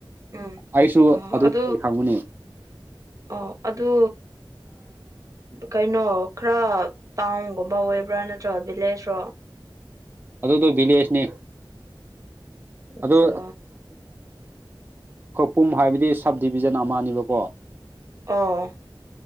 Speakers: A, on the right (about 40°); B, on the right (about 25°).
A: ꯎꯝ
B: ꯑꯩꯁꯨ
A: ꯑ
B: ꯑꯗꯨꯒ
A: ꯑꯗꯨ
B: ꯈꯪꯕꯅꯦ
A: ꯑꯣ ꯑꯗꯨ ꯀꯩꯅꯣ ꯈꯔ ꯇꯥꯎꯟꯒꯨꯝꯕ ꯑꯣꯏꯕ꯭ꯔꯥ ꯅꯠꯇ꯭ꯔꯒ ꯚꯤꯂꯦꯖ ꯔꯣ
B: ꯑꯗꯨꯗꯣ ꯕꯤꯂꯦꯁꯅꯤ
A: ꯑꯆꯥ
B: ꯑꯗꯨ ꯈꯧꯄꯨꯝ ꯍꯥꯏꯕꯗꯤ ꯁꯕ ꯗꯤꯕꯤꯖꯟ ꯑꯃꯅꯦꯕꯀꯣ
A: ꯑꯥ